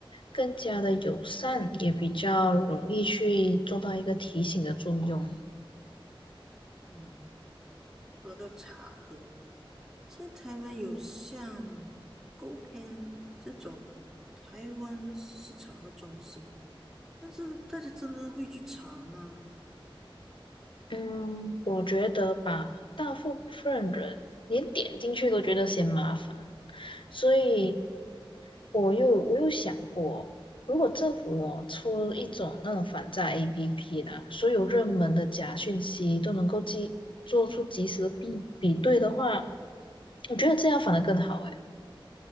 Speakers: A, on the left; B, in the centre.
A: 更加的友善，也比较容易去做到一个提醒的作用。
B: 嗯，说到茶喝。现在台湾有像 Go Pen 这种台湾时事查核中心，但是大家真的会去查吗？
A: 嗯，我觉得吧，大部分人连点进去都觉得嫌麻烦，所以。我又我又想过，如果政府哦出一种那种反诈 APP 呢，所有热门的假讯息都能够及做出及时的比比对的话，我觉得这样反而更好诶。